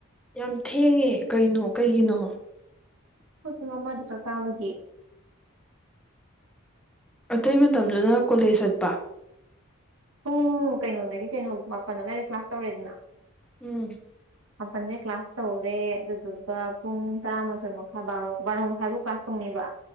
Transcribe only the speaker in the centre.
ꯌꯥꯝ ꯊꯦꯡꯉꯦ ꯀꯩꯅꯣ ꯀꯩꯒꯤꯅꯣ
ꯑꯇꯩ ꯃꯇꯝꯗꯨꯅ ꯀꯣꯂꯦꯖ ꯆꯠꯄ
ꯎꯝ